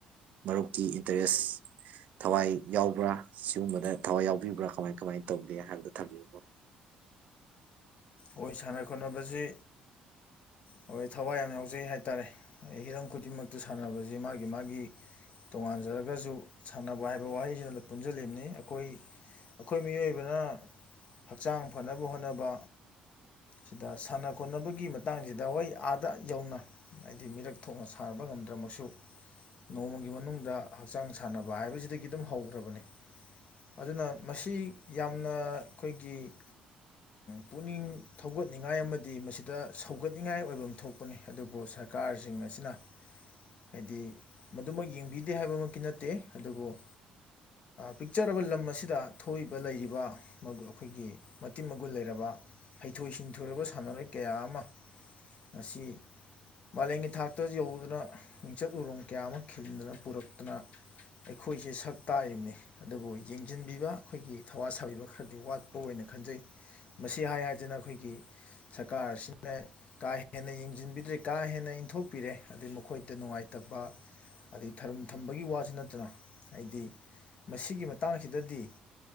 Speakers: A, on the right; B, on the left.
A: ꯃꯔꯨꯞꯀꯤ ꯏꯟꯇꯔꯦꯁ ꯊꯋꯥꯏ ꯌꯥꯎꯕ꯭ꯔꯥ ꯁꯤꯒꯨꯝꯕꯗ ꯊꯋꯥꯏ ꯌꯥꯎꯕꯤꯕ꯭ꯔꯥ ꯀꯃꯥꯏ ꯀꯃꯥꯏꯅ ꯇꯧꯒꯦ ꯍꯥꯏꯕꯗꯣ ꯊꯝꯕꯤꯌꯨꯕ
B: ꯍꯣꯏ ꯁꯥꯟꯅ ꯈꯣꯠꯅꯕꯁꯤ ꯍꯣꯏ ꯊꯋꯥꯏ ꯌꯥꯝ ꯌꯥꯎꯖꯩ ꯍꯥꯏ ꯇꯔꯦ ꯍꯤꯔꯝ ꯈꯨꯗꯤꯡꯃꯛꯇ ꯁꯥꯟꯅꯕꯁꯤ ꯃꯥꯒꯤ ꯃꯥꯒꯤ ꯇꯣꯉꯥꯟꯖꯔꯒꯁꯨ ꯁꯥꯟꯅꯕ ꯍꯥꯏꯕ ꯋꯥꯍꯩꯁꯤꯅ ꯄꯨꯟꯁꯤꯜꯂꯤꯕꯅꯤ ꯑꯩꯈꯣꯏ ꯑꯩꯈꯣꯏ ꯃꯤꯑꯣꯏꯕꯅ ꯍꯛꯆꯥꯡ ꯐꯅꯕ ꯍꯣꯠꯅꯕ ꯁꯤꯗ ꯁꯥꯟꯅ ꯈꯣꯠꯅꯕꯒꯤ ꯃꯇꯥꯡꯁꯤꯗ ꯍꯣꯏ ꯑꯥꯗ ꯌꯧꯅ ꯍꯥꯏꯗꯤ ꯃꯤꯔꯛ ꯊꯣꯛꯅ ꯁꯥꯟꯅꯕ ꯉꯝꯗ꯭ꯔꯃꯁꯨ ꯅꯣꯡꯃꯒꯤ ꯃꯅꯨꯡꯗ ꯍꯛꯆꯥꯡ ꯁꯥꯟꯅꯕ ꯍꯥꯏꯕꯁꯤꯗꯒꯤ ꯑꯗꯨꯝ ꯍꯧꯈ꯭ꯔꯕꯅꯤ ꯑꯗꯨꯅ ꯃꯁꯤ ꯌꯥꯝꯅ ꯑꯩꯈꯣꯏꯒꯤ ꯄꯨꯛꯅꯤꯡ ꯊꯧꯒꯠꯅꯤꯡꯉꯥꯏ ꯑꯃꯗꯤ ꯃꯁꯤꯗ ꯁꯧꯒꯠꯅꯤꯡꯉꯥꯏ ꯑꯣꯏꯕ ꯑꯃ ꯊꯣꯛꯄꯅꯤ ꯑꯗꯨꯕꯨ ꯁꯔꯀꯥꯔꯁꯤꯡ ꯑꯁꯤꯅ ꯍꯥꯏꯗꯤ ꯃꯗꯨꯃꯛ ꯌꯦꯡꯕꯤꯗꯦ ꯍꯥꯏꯕꯃꯛꯀꯤ ꯅꯠꯇꯦ ꯑꯗꯨꯕꯨ ꯄꯤꯛꯆꯔꯕ ꯂꯝ ꯑꯁꯤꯗ ꯊꯣꯛꯏꯕ ꯂꯩꯔꯤꯕ ꯑꯩꯈꯣꯏꯒꯤ ꯃꯇꯤ ꯃꯒꯨꯟ ꯂꯩꯔꯕ ꯍꯩꯊꯣꯏ ꯁꯤꯡꯊꯣꯏꯔꯕ ꯁꯥꯟꯅꯔꯣꯏ ꯀꯌꯥ ꯑꯃ ꯃꯁꯤ ꯃꯥꯂꯦꯝꯒꯤ ꯊꯥꯛꯇ ꯌꯧꯗꯨꯅ ꯃꯤꯡꯆꯠ ꯎꯣꯡ ꯀꯌꯥ ꯑꯃ ꯈꯤꯟꯗꯨꯅ ꯄꯨꯔꯛꯇꯨꯅ ꯑꯩꯈꯣꯏꯁꯦ ꯁꯛ ꯇꯥꯛꯏꯕꯅꯤ ꯑꯗꯨꯕꯨ ꯌꯦꯡꯁꯤꯟꯕꯤꯕ ꯑꯩꯈꯣꯏꯒꯤ ꯊꯋꯥ ꯁꯥꯕꯤꯕ ꯈꯔꯗꯤ ꯋꯥꯠꯄ ꯑꯣꯏꯅ ꯈꯟꯖꯩ ꯃꯁꯤ ꯍꯥꯏ ꯑꯗꯨꯅ ꯑꯩꯈꯣꯏꯒꯤ ꯁꯔꯀꯥꯔ ꯑꯁꯤꯅ ꯀꯥ ꯍꯦꯟꯅ ꯌꯦꯡꯁꯤꯟꯕꯤꯗ꯭ꯔꯦ ꯀꯥ ꯍꯦꯟꯅ ꯏꯟꯊꯣꯛꯄꯤꯔꯦ ꯑꯗꯩ ꯃꯈꯣꯏꯗ ꯅꯨꯡꯉꯥꯏꯇꯕ ꯑꯗꯩ ꯊꯔꯝ ꯊꯝꯕꯒꯤ ꯋꯥꯁꯨ ꯅꯠꯇꯅ ꯍꯥꯏꯗꯤ ꯃꯁꯤꯒꯤ ꯃꯇꯥꯡꯁꯤꯗꯗꯤ